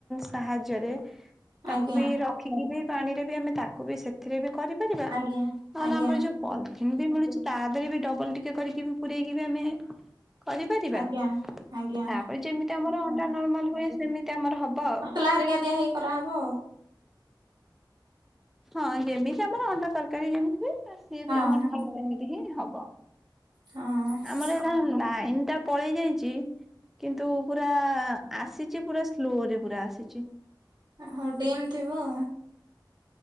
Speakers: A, in the centre; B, on the right.
A: ସାହାଯ୍ୟରେ ତାକୁ
B: ଆଜ୍ଞା
A: ବି ରଖିକି ବି ପାଣି ରେ ବି ଆମେ ତାକୁ ବି ସେ ସେଥିରେ ବି କରିପାରିବା
B: ଆଜ୍ଞା
A: ନହେଲେ
B: ଆଜ୍ଞା
A: ଆମର ଯୋଉ ହିନ୍ଦୀ ମିଳୁଛି ତା ଦେହେରେ ବି ଡବଲ ଟିକେ କରିକି ବି ପୁରେଇକି ଆମେ କରିପାରିବା
B: ଆଜ୍ଞା
A: ତାପରେ
B: ଆଜ୍ଞା
A: ଯେମିତି ଆମର ଅଣ୍ଡା ନର୍ମାଲ ହୁଏ ସେମିତି ଆମର ହବ ଆଉ।
B: <unintelligible> କରାହେବ ଆଉ।
A: ହଁ ଯେମିତି ଆମର ଅଣ୍ଡା ତରକାରୀ ଯେମିତି ହୁଏ ସିଏ
B: ହଁ
A: ବି ଆମର
B: ହଁ
A: ଠିକ୍ ସେମିତି ହିଁ ହବ
B: ହଁ
A: ଆମର ଏ ଲାଇନ ଟା ପଳେଇ ଯାଇଚି କିନ୍ତୁ ପୁରା ଆସିଚି ପୁରା ସ୍ଲୋରେ ପୁରା ଆସିଚି।
B: ହଉ ଡିମ୍ ଥିବ।